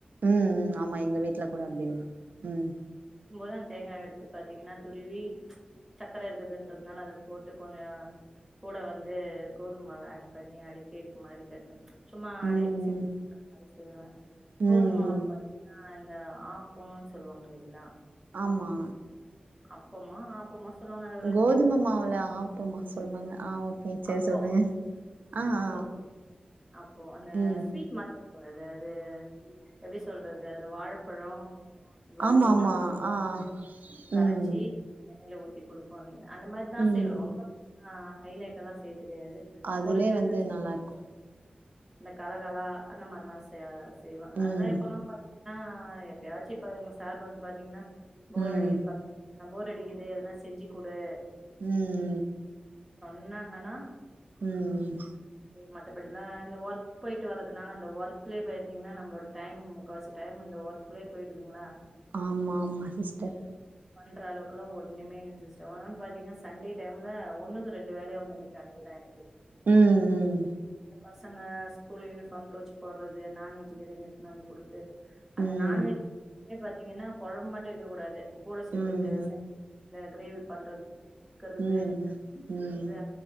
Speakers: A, on the right (about 75°); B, in the centre.
A: ம் ம் ஆமா எங்க வீட்ல கூட அப்டி விழு ம்
B: ம் போது அந்த தேங்கா எடுத்து பாத்தீங்ன்னா துருவி சக்கர இருக்குதுன்றதுனால அத போட்டு கொஞ்சோ கூட வந்து கோதும்மாவ ஆட் பண்ணி அடி கேக் மாரி கட் சும்மா அடியே
A: ம்
B: <inaudible> செய்வே கோதும்மாவுல
A: ம்
B: பாத்தீங்ன்னா அ இந்த ஆப்போன் சொல்வாங்க இல்லைங்ளா
A: ஆம்மா
B: அப்பமா ஆப் போமா சொல்வாங்க அத
A: கோதும மாவுல ஆப்பம்மா சொல்வாங்க ஆ ஓக்கே சரி
B: அப்போ
A: சொல்லுங்க ஆ
B: அப்பம்
A: ஆ
B: அப்போ அந்த
A: ம்
B: ஸ்வீட் மா <inaudible> ப்ப ஏதாவது எப்டி சொல்றது அதுல வாழப்பழொ வெல்லோ
A: ஆமா ஆமா
B: அதெல்லா போட்டுட்டு
A: ஆ
B: கரைச்சி
A: ம்
B: எண்ணைல ஊத்தி குடுப்போ இல்லைங்க அந்த மார்தா
A: ம்
B: செய்வே ரொம்ப ஆ ஹைலைட்டல்லா செய்ய தெரியாது
A: அதுவே
B: முறுக்கு
A: வந்து
B: இந்த <inaudible>
A: நல்லாருக்கு
B: இந்த கலகலா அந்த மார்லா செய செய்வே அதெல்லா
A: ம்
B: இப்பல்லா பாத்தீங்னா எப்பயாச்சு இப்ப எங் சார் வந்து பாத்தீங்னா போர்
A: ம்
B: அடிக்குது <inaudible> போர் அடிக்குது எதுனா செஞ்சு குடு
A: ம்
B: ன்னாங்கனா
A: ம் ம்
B: மத்தபடிலா இந்த ஒர்க் போயிட்டு வர்றதுனால அந்த ஒர்க்லேயே பயத்தீங்ன்னா நம்ளோட டைமிங் முக்காவாசி டைம் இந்த ஒர்க்லே போயிடுதுங்ளா
A: ஆம்மா ஆமா சிஸ்டர்
B: பண்ற அளவுக்கலா ஒன்னுமே இல்லைங் சிஸ்டர். ஒன்னொன் பாத்தீங்னா சண்டே டைம்ல ஒன்னுகு ரெண்டு வேலையா வந்து நிக்கு அன்னைக்கு தா எனக்கு
A: ம் ம்
B: பசங்க ஸ்கூல் யூனிஃபார்ம் தோச்சு போட்றது நான்வெஜ்ஜூ திடீர்னு எடுத்துனு வந்து குடு த்து அந்த
A: ம்
B: நான்வெஜ் <inaudible> பாத்தீங்கன்னா கொழம்பு மட்டு வெக்க கூடாது கூட செத்தது
A: ம்
B: <inaudible> கிரேவி பண்ற <inaudible> க்கறது
A: ம் ம்
B: வே